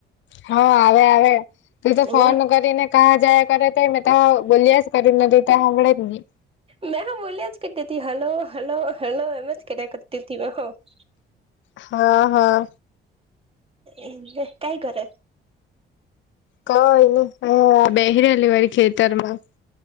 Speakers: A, on the left (about 70°); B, on the right (about 30°).
A: હા આવે આવે તું તો
B: અહિયાં
A: ફોન કરીને કાં જાયયા કરે ત મે તો બોલી્યાસ કરી ન તું ત સાંભળે જ નહી.
B: મે હ બોલ્યા જ કેરતી તી હલો હલો હલો એમજ કેરયા કરતી તી <unintelligible> <inaudible> <unintelligible>
A: હા, હા.
B: એમ કંઈ કરે.
A: કઈ ની બેહરી હલી વારી ખેતરમાં